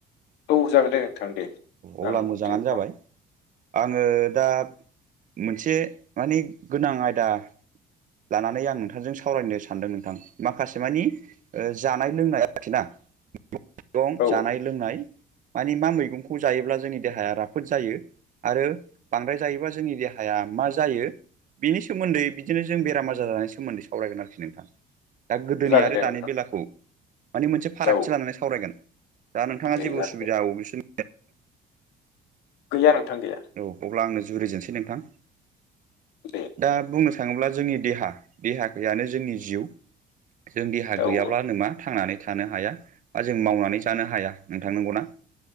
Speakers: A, on the left; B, on the right.
A: औ जागोन दे नोंथां दे
B: अब्ला
A: आं
B: मोजाङानो
A: फ्रि दं
B: जाबाय। आङो दा मोनसे माने गोनां आयदा लानानै आं नोंथांजों सावरायनो सानदों नोंथां। माखासे मानि ओ जानाय लोंनाय आरोखिना। मैगं
A: औ
B: जानाय लोंनाय मानि मा मैगंखौ जायोब्ला जोंनि देहाया राफोद जायो आरो बांद्राय जायोबा जोंनि देहाया मा जायो। बिनि सोमोन्दै बिदिनो जों बेराम आजार जानायनि सोमोन्दै सावरायगोन आरोखि नोंथां। दा गोदोनि
A: जागोन
B: आरो
A: दे
B: दानि
A: नोंथां
B: बेलाखौ माने मोनसे फारागथि
A: औ
B: लानानै सावरायगोन। दा नोंथाङा
A: दे
B: जेबो
A: जागोन
B: उसुबिदा
A: दे
B: आव बिसोरनि
A: गैया नोंथां गैया।
B: औ अब्ला आंनो जुरजेननोसै नोंथां।
A: दे
B: दा बुंनो थाङोब्ला जोंनि देहा देहायानो जोंनि जिउ जों देहा
A: औ
B: गैयाब्लाानो
A: औ
B: मा थांनानै थानो हाया बा जों मावनानै जानो हाया नोंथां नंगौना?